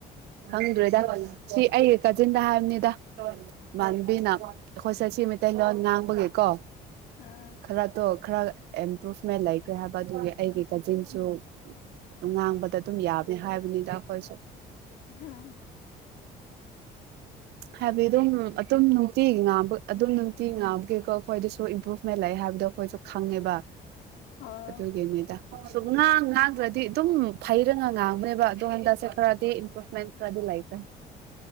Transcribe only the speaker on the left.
ꯎꯝ
ꯍꯥꯥ
ꯑꯣ